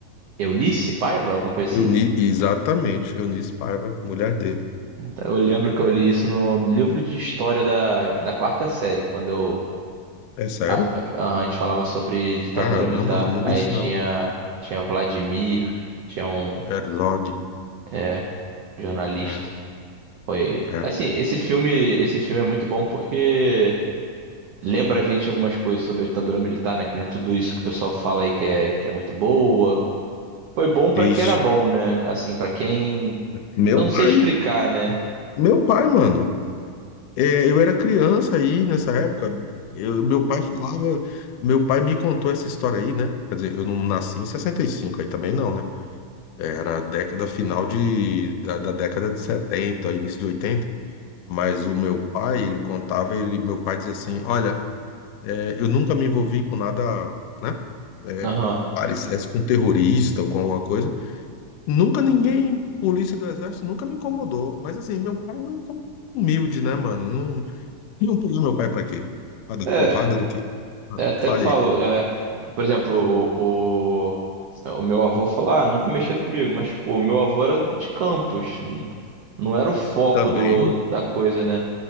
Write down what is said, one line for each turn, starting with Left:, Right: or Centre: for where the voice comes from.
Right: Eunice Paiva, alguma coisa
Left: Euni,
Right: assim?
Left: exatamente, Eunice Paiva, mulher dele.
Right: Então, eu lembro que eu li isso no livro de história da, da quarta série, quando eu,
Left: É sério?
Right: a, a, a gente falava sobre ditadura
Left: Caramba,
Right: militar.
Left: mano, não
Right: Aí
Left: li isso
Right: tinha,
Left: não.
Right: tinha Vladimir, tinha um
Left: Herzog.
Right: é, jornalista.
Left: É,
Right: Foi.
Left: é.
Right: Assim, esse filme, esse filme é muito bom porque lembra a gente algumas coisas sobre a ditadura militar, né? Que não é tudo isso que o pessoal fala aí que é, que é muito boa. Foi bom pra
Left: Isso.
Right: que era bom, né? Assim, pra quem.
Left: Meu
Right: Eu não
Left: pai.
Right: sei explicar, né?
Left: Meu pai, mano. É, eu era criança aí nessa época. Eu, meu pai falava, meu pai me contou essa história aí, né? Quer dizer, eu não nasci em 65 aí também não, né? Era a década final de, da, da década de 70, início de 80. Mas o meu pai, ele contava, ele, meu pai dizia assim, olha, é, eu nunca me envolvi com nada, né? É,
Right: Aham.
Left: parecesse com terrorista ou com alguma coisa. Nunca ninguém, polícia do exército, nunca me incomodou. Mas assim, meu pai não humilde, né, mano? Iam pegar meu pai para quê? Para dar
Right: É,
Left: porrada do quê? Ah,
Right: é, até
Left: Fale
Right: falo.
Left: aí.
Right: é, por exemplo, o, o, o meu avô falou: ah, nunca mexeram comigo. Mas, pô, o meu avô era de Campos. n- Não era o foco
Left: Também,
Right: do, da coisa, né?